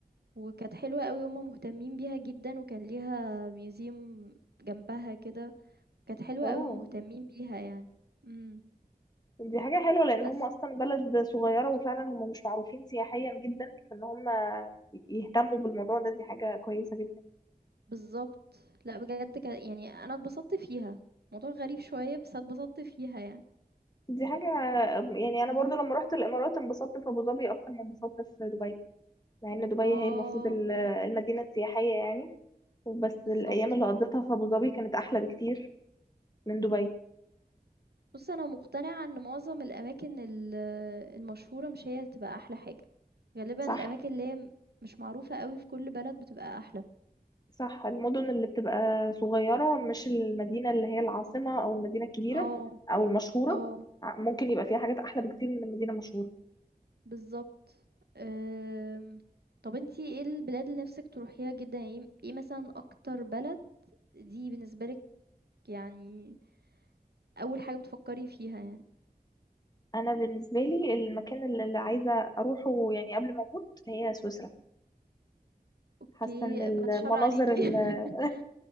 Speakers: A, on the right (about 85°); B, on the left (about 25°).
A: وكانت حلوة أوي وهُم مهتمين بيها جدًا وكان ليها museum جنبها كده، كانت حلوة
B: اوه
A: أوي مهتمين بيها يعني. إمم،
B: دي حاجة حلوة لان
A: بس.
B: هم اصلا بلد صغيرة وفعلا هم مش معروفين سياحيا جدا فان هم يهتموا بالموضوع ده دي حاجة كويسة جدا
A: بالضبط. لأ بجد ك يعني أنا اتبسطت فيها، موضوع غريب شوية بس اتبسطت فيها يعني.
B: دي حاجة يعني
A: إمم.
B: انا برضو لما رحت الامارات انبسطت في ابو ظبي اكتر ما انبسطت في دبي مع ان دبي
A: آه،
B: هي المفروض ال- المدينة السياحية يعني وبس
A: بالضبط.
B: الأيام اللي قضيتها في أبو ظبي كانت أحلى بكتير من دبي
A: بُص أنا مقتنعة إن معظم الأماكن ال المشهورة مش هي اللي بتبقى أحلى حاجة، غالبًا
B: صح
A: الأماكن اللي هي مش معروفة أوي في كل بلد بتبقى أحلى.
B: صح المدن اللي بتبقى صغيرة مش المدينة اللي هي العاصمة أو المدينة الكبيرة
A: آه،
B: أو المشهورة
A: آه،
B: ع- ممكن يبقى فيها حاجات أحلى بكتير من المدينة المشهورة
A: بالضبط. آمم، طب أنتِ إيه البلاد اللي نِفْسِك تروحيها جدًا؟ يعني إيه إيه مثلًا أكتر بلد دي بالنسبة لِك يعني أول حاجة بتفكّري فيها يعني؟
B: أنا بالنسبة لي المكان اللي اللي عايزة أروحه يعني قبل ما أموت هي سويسرا
A: أوكي،
B: حاسة إن
A: باتشّر
B: المناظر
A: عليكِ.
B: ال-
A: <laughs>